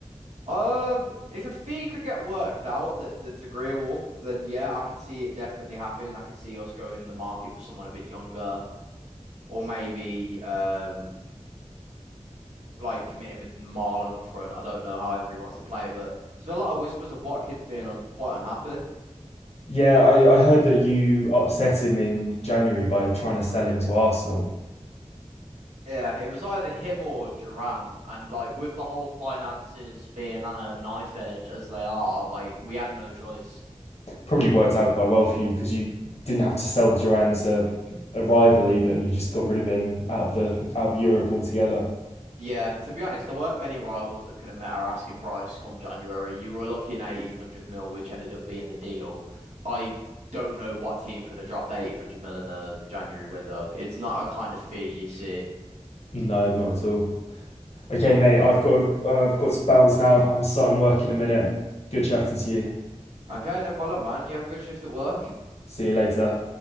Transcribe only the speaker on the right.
Um, if a fee could get worked out that that's agreeable, then yeah, I could see it definitely happening. I could see us going in the market for someone a bit younger, or maybe um like committing with Marlon up front. I don't know how Emery wants to play, but there's been a lot of whispers of Watkins being un quite unhappy.
yeah, it was either him or Duran, and like with the whole finances being on a knife edge as they are, like we had no choice.
Yeah, to be honest, there weren't many rivals that could have met our asking price come January. You were looking 80, 100 mil, which ended up being the deal. I don't know what team could have dropped 80, one hundred mil in a January window. It's not a kind of fee you see.
Okay, no problem, man. You have a good shift at work.